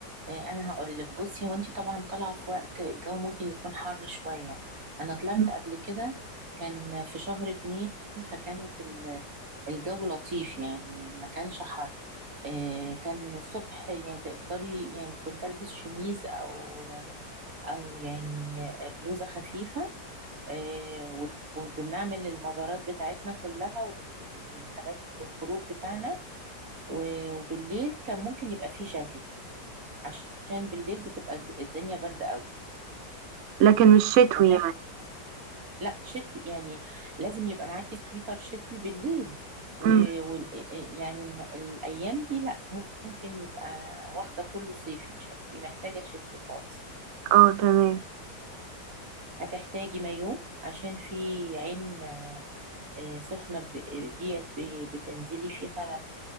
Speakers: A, on the right (about 55°); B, on the right (about 70°).
A: آه، انا هقول لك بصي هو انت طبعا طالعه في وقت الجو ممكن يكون حر شويه انا طلعت
B: مم.
A: قبل كده كان في شهر اتنين فكانت ال- الجو لطيف يعني ما كانش حر آه، كان الصبح يعني تقدري يعني كنت البس شميز او او يعني بلوزه خفيفه آه، و- وبنعمل المزارات بتاعتنا كلها وبال- والحاجات والخروج بتاعنا و- وبالليل كان ممكن يبقى فيه جاكيت عشان بالليل بتبقى الد- الدنيا باردة قوي
B: لكن مش شتوي
A: تمام
B: يعني
A: لا شتوي يعني لازم يبقى معاكي سويتر شتوي بالليل و-
B: مم.
A: وال آه، آه، يعني الن- الأيام دي لا ممكن يبقى واخدة كله صيفي مش هتبقي محتاجة شتوي خالص
B: اه تمام
A: هتحتاجي مايو عشان في عين آه، سخنة ب- آه، ديت ب- بتنزلي فيها